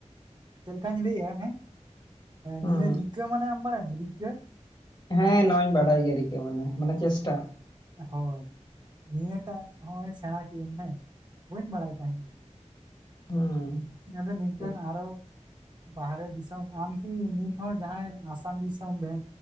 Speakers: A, on the right; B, on the left.
A: ᱪᱮᱫ ᱞᱮᱠᱟᱧ ᱞᱟᱹᱭᱮᱜᱼᱟ ᱦᱮᱸ
B: ᱦᱩᱸ
A: ᱱᱤᱭᱟᱹᱜᱤ ᱨᱤᱠᱟᱹ ᱢᱟᱱᱮ ᱟᱢ ᱵᱟᱲᱟᱭᱟᱢ ᱨᱤᱠᱟᱹ
B: ᱦᱮᱸ ᱱᱚᱣᱟᱧ ᱵᱟᱰᱟᱭ ᱜᱮᱭᱟ ᱠᱤᱠᱟᱹ ᱢᱟᱱᱮ ᱢᱟᱱᱮ ᱪᱮᱥᱴᱟ
A: ᱦᱳᱭ ᱱᱤᱭᱟᱹᱴᱟᱜ ᱦᱚᱸᱜᱚᱭ ᱥᱮᱬᱟ ᱠᱮᱜᱤᱭᱟᱹᱟᱹᱧ ᱦᱮᱸ ᱵᱟᱹᱧ ᱵᱟᱲᱟᱭ ᱛᱟᱦᱮᱸᱱᱟ
B: ᱦᱩᱸ
A: ᱟᱫᱚ ᱱᱤᱝᱠᱟᱹᱱ
B: ᱪᱮᱫ
A: ᱟᱨᱚ ᱵᱟᱦᱨᱮ ᱫᱤᱥᱚᱢ ᱟᱢᱠᱤ ᱱᱤᱛᱦᱚᱸ ᱡᱟᱦᱟᱸᱭ ᱟᱥᱟᱢ ᱫᱤᱥᱚᱢ ᱵᱮ